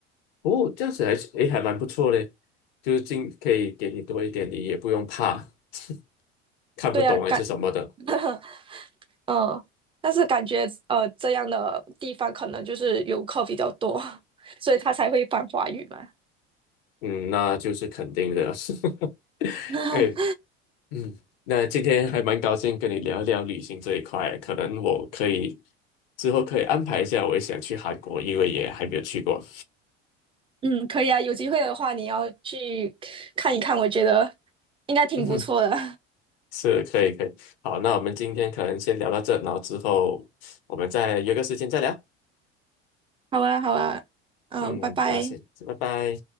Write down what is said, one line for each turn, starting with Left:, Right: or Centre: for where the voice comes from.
Left: 哼哦，这样子还是诶，还蛮不错的，就是尽可以给你多一点，你也不用怕 <laughs> 看不懂还是什么的。
Right: 对啊，感，<laughs> 嗯，但是感觉呃这样的地方可能就是游客比较多，<laughs> 所以他才会翻华语嘛。
Left: 嗯，那就是肯定的。<laughs>
Right: <laughs>
Left: 哎，嗯，那今天还蛮高兴跟你聊一聊旅行这一块，可能我可以之后可以安排一下，我也想去韩国，因为也还没有去过。
Right: 嗯，可以啊，有机会的话你要去看一看，我觉得应该挺不错的。
Left: 嗯哼，
Right: <laughs>
Left: 是可以可以。好，那我们今天可能先聊到这，然后之后我们再约个时间再聊。
Right: 好啊，好啊，嗯，
Left: 嗯，
Right: 拜拜。
Left: 那先，拜拜。